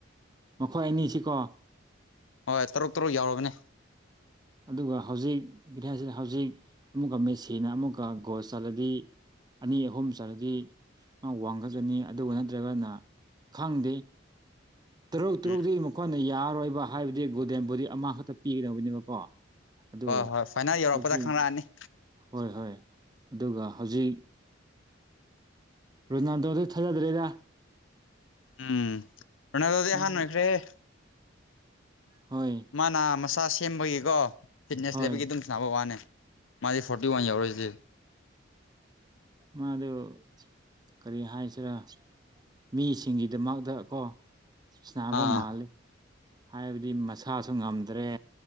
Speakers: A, on the right; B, on the left.
A: ꯃꯈꯣꯏ ꯑꯅꯤꯁꯤꯀꯣ
B: ꯍꯣꯏ ꯇꯔꯨꯛ ꯇ꯭ꯔꯨꯛ ꯌꯧꯔꯕꯅꯦ
A: ꯑꯗꯨꯒ ꯍꯧꯖꯤꯛ <unintelligible> ꯍꯧꯖꯤꯛ ꯑꯃꯨꯛꯀ ꯃꯦꯁꯤꯅ ꯑꯃꯨꯛꯀ ꯒꯣꯜ ꯆꯠꯂꯗꯤ ꯑꯅꯤ ꯑꯍꯨꯝ ꯆꯜꯗꯤ ꯃꯥ ꯋꯥꯡꯈꯠꯀꯅꯤ ꯑꯗꯨꯒ ꯅꯠꯇ꯭ꯔꯒꯅ ꯈꯪꯗꯦ ꯇꯔꯨꯛ ꯇꯔꯨꯛꯗꯤ
B: ꯎꯝ
A: ꯃꯈꯣꯏꯅ ꯌꯥꯔꯔꯣꯏꯕ ꯍꯥꯏꯕꯗꯤ ꯒꯨꯗꯦꯟ ꯕꯨꯗꯤ ꯑꯃꯈꯛꯇ ꯄꯤꯒꯗꯧꯕꯅꯦꯕꯀꯣ ꯑꯗꯨ
B: ꯍꯣ ꯍꯣꯏ ꯐꯥꯏꯅꯦꯜ ꯌꯧꯔꯛꯄꯗ
A: ꯍꯧꯖꯤꯛ
B: ꯈꯪꯂꯛꯑꯅꯤ
A: ꯍꯣꯏ ꯍꯣꯏ ꯑꯗꯨꯒ ꯍꯧꯖꯤꯛ ꯔꯣꯅꯥꯜꯗꯣꯗꯣ ꯊꯥꯖꯗ꯭ꯔꯦꯗ
B: ꯎꯝ ꯔꯣꯅꯥꯜꯗꯣꯗꯤ
A: ꯃꯥ
B: ꯑꯍꯟ ꯑꯣꯏꯈ꯭ꯔꯦꯍꯦ
A: ꯍꯣꯏ
B: ꯃꯥꯅ ꯃꯁꯥ ꯁꯦꯝꯕꯒꯤꯀꯣ ꯐꯤꯠꯅꯦꯁ
A: ꯍꯣꯏ
B: ꯂꯩꯕꯒꯤ ꯑꯗꯨꯝ ꯁꯥꯅꯕ ꯋꯥꯅꯦ ꯃꯥꯗꯤ ꯐꯣꯔꯇꯤ ꯋꯥꯟ ꯌꯧꯔꯤꯖꯤꯗꯤ
A: ꯃꯥꯗꯨ ꯀꯔꯤ ꯍꯥꯏꯁꯤꯔꯥ ꯃꯤꯁꯤꯡꯒꯤꯗꯃꯛꯇ ꯀꯣ ꯁꯅꯕ
B: ꯑꯥ
A: ꯃꯥꯜꯂꯦ ꯍꯥꯏꯕꯗꯤ ꯃꯁꯥꯁꯨ ꯉꯝꯗ꯭ꯔꯦ